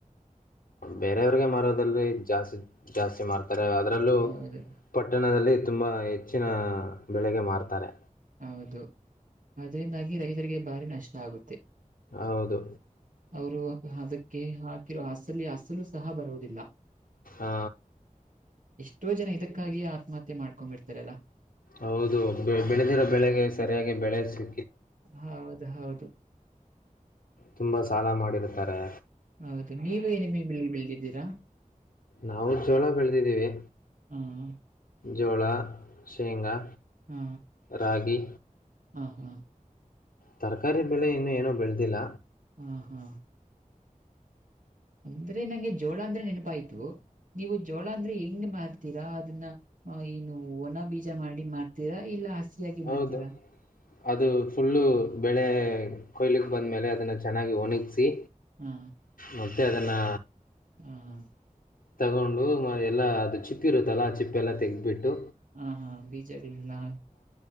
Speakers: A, on the left; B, on the right.
A: ಬೇರೆಯವ್ರಿಗೆ ಮಾರೋದಲ್ಜಾಸ್ತಿ ಜಾಸ್ತಿ ಮಾರ್ತ ಅದರಲ್ಲೂ
B: ಹೌದು
A: ಪಟ್ಟಣದಲ್ಲಿ ತುಂಬಾ ಹೆಚ್ಚಿನ ಬೆಳೆಗೆ ಮಾರ್ತಾರೆ
B: ಹೌದು ಅದರಿಂದಾಗಿ ರೈತರಿಗೆ ಭಾರಿ ನಷ್ಟ ಆಗುತ್ತೆ
A: ಹೌದು
B: ಅವರು ಅದಕ್ಕೆ ಹಾಕಿರ ಹಸಲಿ ಹಸ್ತಿ ಸಹ ಬರುವುದಿಲ್ಲ
A: ಆ,
B: ಎಷ್ಟೋ ಜನ ಇದಕ್ಕಾಗಿಯೇ ಆತ್ಮಹತ್ಯ ಮಾಡ್ಕೊಂಡ್ಂಬಿರ್ತಾರಲ್ಲಾ
A: ಹೌದು ಬೆ ಬೆಳೆದಿರೋ ಬೆಳೆಗೆ ಸರಿಯಾಗಿ ಬೆಳೆ ಸಿ
B: ಹೌದು ಹೌದು
A: ತುಂಬಾ ಸಾಲ ಮಾಡಿರ್ತಾರೆ
B: ಹೌದು ನೀವೇ ನಿಮ ಬೆಳಗ್ ಬೆಳದ್ದೀರಾ
A: ನಾವು ಜೋಳ ಬೆಳೆದಿದ್ದೀವಿ
B: ಹಾ
A: ಜೋಳ ಶೇಂಗಾ
B: ಹಾ
A: ರಾಗಿ
B: ಹಾ ಹಾ
A: ತರಕಾರಿ ಬೆಲೆ ಇನ್ನುೂ ಏನೋ ಬೆಳೆದಿಲ್ಲ
B: ಹ ಹಾ ಅಂದ್ರೆ ನಂಗೆ ಜೋಳ ಅಂದ್ರೆ ನೆನಪಾಯ್ತು ನೀವು ಜೋಳ ಅಂದ್ರೆ ಹೆಂಗ ತೀರಾ ಅದನ್ನ ಏನು ಒನ ಬೀಜ ಮಾಡಿ ಮ್ತೀರಾ ಇಲ್ಲ ಹಸಿಯಾಗಿ
A: ಹೌದು
B: ಮಾರ್ತೀರಾ
A: ಅದು ಫುಲ್ಲು ಬೆಳೆ ಕೊಯ್ಲಕ್ಕೆ ಬಂದಮೇಲೆ ಅದನ್ನು ಚೆನ್ನಾಗಿ ಒಣಗಿಸಿ
B: ಹಾ
A: ಮತ್ತು ಅದನ್ನು
B: ಹಾ ಹಾ
A: ತಗೊಂಡು ಮ ಎಲ್ಲಾ ಅದು ಚಿಪ್ಪ ಇರುತ್ತಲ್ಲಾ ಆ ಚಿಪ್ಪ ಎಲ್ಲಾ ತೆಗಬಿಟ್ಟು
B: ಹಾ ಹಾ ಬಿಜಿಲ್ಲ